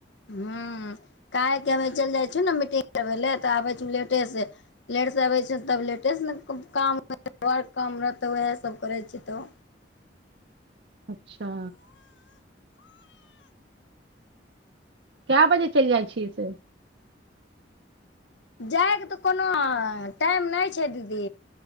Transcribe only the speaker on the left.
हं काहेकि हमे चलि जाइ छियौ ने मीटिंग करबै लए तऽ आबै छ लेटेसँ लेटसँ आबै छ तब लेटेसँ ने काम काम रह तऽ उएह सभ करैत छी तऽ
जाएके तऽ कोनो ह टाइम नहि छै दीदी